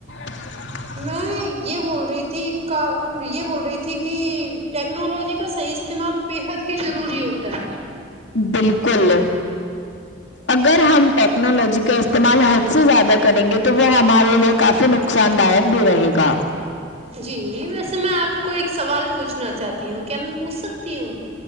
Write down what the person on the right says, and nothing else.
میں
یہ بول رہی تھی کا بول رہی تھی کہ ٹیکنالوجی کا صحیح استعمال بےحد ہی ضروری ہوتا ہے
جی ویسے میں آپ کو ایک سوال پوچھنا چاہتی ہوں کیا میں پوچھ سکتی ہوں